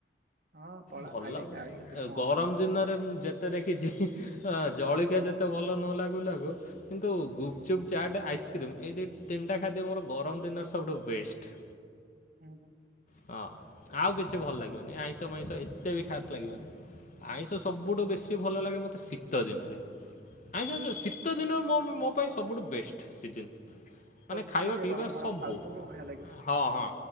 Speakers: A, on the right; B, on the left.
A: ହଁ ପଳା
B: ଭଲ
A: ଖାଇଦେଇକି
B: ଲାଗୁନି
A: ଆଇ ଏଥିରେ
B: ଏ
A: କଣ
B: ଗରମ
A: ଅଛି
B: ଦିନରେ ମୁ ଯେତ ତେ ଦେଖିଛି ଆ ଜଳିକିଆ ଯେତେ ଭଲ ନ ଲାଗୁ ଲାଗୁ କିନ୍ତୁ ଗୁପଚୁପ୍ ଚାଟ୍ ଆଇସ୍ କ୍ରିମ୍ ଏଇ ଦି ତିନିଟା ଖାଦ୍ୟ ମୋର ଗରମ ଦିନର ସବୁଠୁ ବେଷ୍ଟ।
A: ହୁଁ ହୁଁ
B: ହଁ ଆଉ କିଛି ଭଲ ଲାଗିବନି ଏ ଆଇଁଷ ମାଇଁଷ ଏତେ ବି ଖାସ ଲାଗିବନି ଆଇଁଷ ସବୁଠୁ ବେଶୀ ସୀ ଭଲ ଲାଗେ ମତେ ଶୀତ ଦିନରେ। <unintelligible> ଶୀତ ଦିନ ମୋ ମୋ ପାଇଁ ସବୁଠୁ ବେଷ୍ଟ ସିଜିନ୍। ମାନେ
A: ଦଉଥିବ
B: ଖାଇବା
A: ଟିକେ
B: ପିଇବା
A: ଗରମ
B: ସବୁ
A: ଗରମ ଖାଉଥିବୁ
B: ହଁ ଆଁ।
A: ବଢିଆ ଲାଗିବ।
B: ହଁ ହଁ